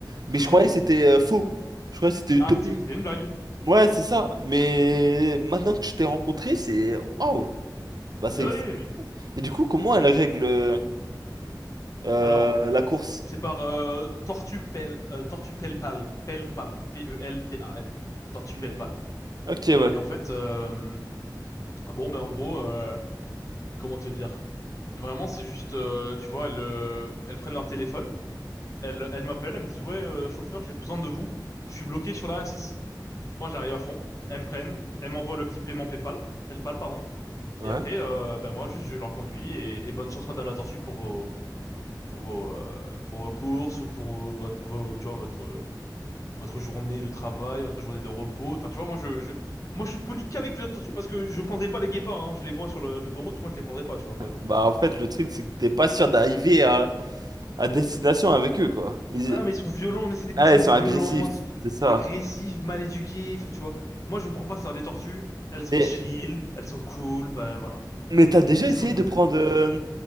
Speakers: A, on the right (about 60°); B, on the left (about 45°).
A: mais
B: Mhm.
A: je croyais que c'était euh, faux. Je croyais que c'était utopique.
B: Ah, c'est c'est une blague.
A: Ouais, c'est ça. Mais maintenant que je t'ai rencontré, c'est. Waouh! Bah, c'est.
B: Eh oui, mais.
A: Mais du coup, comment elle règle euh, euh,
B: Alors,
A: la course?
B: c'est par euh, Tortue Pel, euh, Tortue Pelpal, Pelpal, P-E-L-P-A-L, Tortue
A: P
B: Pelpal.
A: V. Ok, ouais.
B: Et en fait, euh, bon, mais en gros, euh, comment te dire? Vraiment, c'est juste, euh, tu vois, elles, euh, elles prennent leur téléphone, Elle, elle m'appelle, elle me dit, ouais, euh, chauffeur, j'ai besoin de vous. Je suis bloqué sur la A6. Moi, j'arrive à fond. Elles me prennent. Elles m'envoient le petit paiement PayPal. PayPal, pardon.
A: Ouais.
B: Et après, euh, ben moi, juste, je leur conduis. Et, et bonne chance, Madame la Tortue, pour vos, pour vos, euh, pour vos courses ou pour vos, votre, vos- tu vois, votre, euh, votre journée de travail, votre journée de repos. Enfin, tu vois, moi, je, je, moi, je suis poli qu'avec la Tortue parce que je prendrai pas les guépards, hein. Je les vois sur le- l'autoroute. Moi, je les prendrai pas, tu vois, par exemple.
A: Bah, en fait, le truc, c'est que t'es pas sûr d'arriver à, à destination avec eux, quoi. Ils,
B: Ah, mais ils sont violents, mais c'est des personnes
A: ah, ouais, ils sont
B: violentes,
A: agressifs, c'est ça.
B: agressives, mal éduquées, enfin, tu vois. Moi, je prends pas ça. Les tortues, elles sont
A: Mais,
B: chill, elles sont cool, bah voilà.
A: mais t'as déjà
B: C'est
A: essayé
B: ma clientèle.
A: de prendre euh,